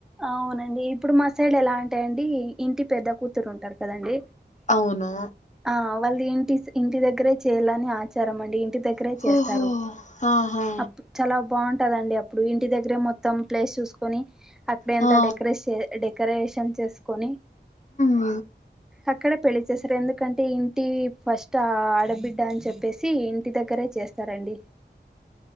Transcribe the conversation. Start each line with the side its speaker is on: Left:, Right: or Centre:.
Centre: అవునండి ఇప్పుడు మాసైడ్ ఎలా అంటే అండీ ఇంటి పెద్ద కూతురు ఉంటారు కదండి
Left: అవును
Centre: ఆ వాళ్ళ ఇంటి ఇంటి దగ్గరే చేయ్యాలని ఆచారం అండి ఇంటి దగ్గరే చేస్తారు
Left: ఓహో ఆహా
Centre: అప్పు చాలా బాగుంటదండి అప్పుడు ఇంటి దగ్గరే మొత్తం ప్లేస్ చూసుకొని అక్కడ ఎంత
Left: ఆ
Centre: డెకరేట్ స్ డెకరేషన్ చేసుకొని
Left: మ్
Centre: అక్కడే పెళ్ళి చేసారు ఎందుకంటే ఇంటి ఫస్ట్ ఆడబిడ్డ అని చెప్పేసి ఇంటి దగ్గరే చేస్తారు సరే అండి